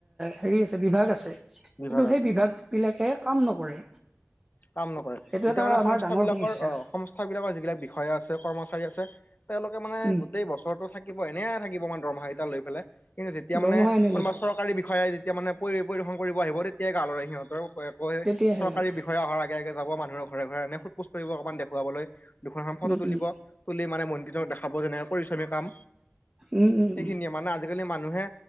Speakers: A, on the right (about 15°); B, on the left (about 45°).
A: হেৰি আছে বিভাগ আছে কিন্তু
B: বিভাগ আছে
A: সেই বিভাগবিলাকে কাম নকৰে।
B: কাম নকৰে
A: এইটো
B: এতিয়া
A: এটা
B: মানে
A: আমাৰ
B: সংস্থ
A: ডাঙৰ
B: বিলাকৰ
A: সমস্যা
B: অ সংস্থা বিলাকৰ যিবিলাক বিষয়া আছে কৰ্মচাৰী আছে। তেওঁলোকে মানে
A: উম
B: গোটেই বছৰটো থাকিব এনে থাকিব মানে দৰমহা কেইটা লৈ পেলাই। কিন্তু যেতিয়া
A: দৰমহা
B: মানে
A: এনে
B: কোনোবা
A: লৈ থাকে
B: চৰকাৰী বিষয়াই যেতিয়া মানে পৰি পৰিদৰ্েশন কৰিব আহিব তেতিয়য়া গালৰে সিহঁতৰ।
A: তেতিয়াহে
B: চৰকাৰী।
A: জানা।
B: েগে যাব মানুহৰ ঘৰে ঘৰে এনে সোধ পোছঢ় অকণমানখুৱাবলৈ দুখন ফটো
A: উম
B: তুলিব
A: উম
B: তুলি মানে ম। নিজক দেখাব যেনেকৈ কৰিছোঁ আমি কাম
A: উম উম
B: সেইখিনিয়ে
A: উম
B: মানে আজিকালি মানুহে।